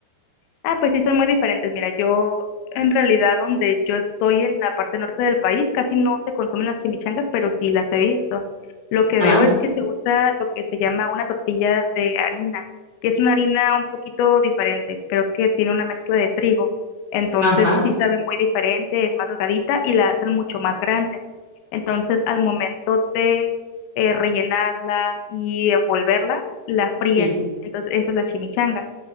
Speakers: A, on the left; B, on the right.
A: Ah, pues sí, son muy diferentes. Mira, yo en realidad donde yo estoy en la parte norte del país, casi no se consumen las chimichangas, pero sí las he visto. Lo que
B: Ah,
A: veo es que se usa lo que se llama una tortilla de harina, que es una harina un poquito diferente. Creo que tiene una mezcla de trigo. Entonces
B: ajá.
A: sí sabe muy diferente, es más delgadita y la hacen mucho más grande. Entonces al momento de eh, rellenarla y envolverla, la fríen.
B: Sí,
A: Entonces eso es la chimichanga.